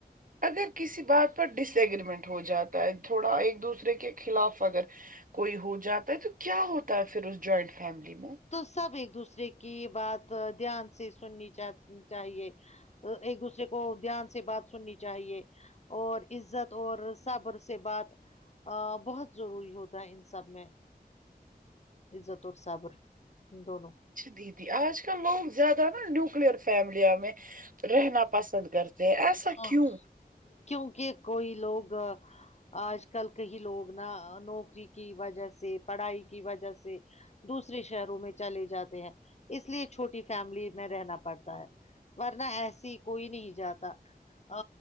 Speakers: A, on the right (about 55°); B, on the left (about 45°).
A: اگر کسی بات پر ڈس اگریمنٹ ہو جاتا ہے تھوڑا ایک دوسرے کے خلاف اگر کوئی ہو جاتا ہے تو کیا ہوتا ہے پھر اس جوائنٹ فیملی میں
B: تو سب ایک دوسرے کی بات دھیان سے سننی چاہیے ایک دوسرے کو دھیان سے بات سننی چاہیے اور عزت اور صبر سے بات بہت ضروری ہوتا ہے ان سب میں عزت اور صابر دونوں
A: اچھا دیدی آج کل لوگ زیادہ نا نیوکلئر فیملیاں میں رہنا پسند کرتے ہیں ایسا
B: ا
A: کیوں
B: کیونکہ کوئی لوگ آج کل کہیں لوگ نا نوکری کی وجہ سے پڑھائی کی وجہ سے دوسرے شہروں میں چلے جاتے ہیں اس لیے چھوٹی فیملی میں رہنا پڑتا ہے ورنہ ایسی کوئی نہیں جاتا ا